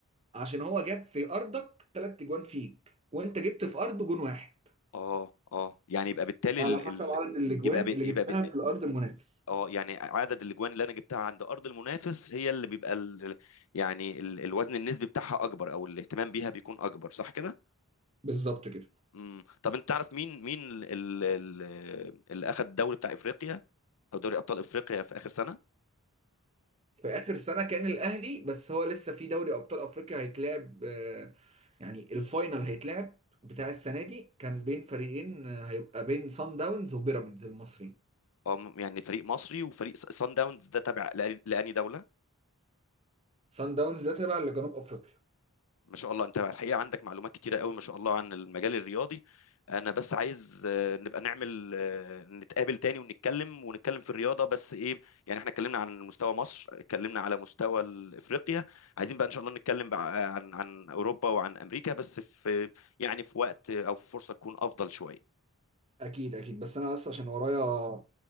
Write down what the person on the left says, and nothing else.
اه اه يعني يبقى بالتالي
ال...
ال...
يبقى ب...
يبقى
ب...
اه يعني عدد الاجوان اللي انا جبتها عند ارض المنافس هي اللي بيبقى ال... ال- يعني ال... الوزن النسبي بتاعها اكبر او الاهتمام بيها بيكون اكبر صح كده؟
امم طب انت تعرف مين مين ال... ال... اللي اخذ الدوري بتاع افريقيا او دوري ابطال افريقيا في اخر سنة؟
اه م- يعني فريق مصري وفريق س- سان داونز ده تابع لأ- لاني دولة؟
ما شاء الله انت الحقيقه عندك معلومات كتيره قوي ما شاء الله عن المجال الرياضي انا بس عايز آه، نبقى نعمل آه، نتقابل تاني ونتكلم ونتكلم في الرياضه بس ايه يعني احنا اتكلمنا عن مستوى مصر اتكلمنا على مستوى ال- افريقيا عايزين بقى ان شاء الله نتكلم بقى آه، عن عن اوروبا وعن امريكا بس في يعني في وقت آه، او في فرصه تكون افضل شويه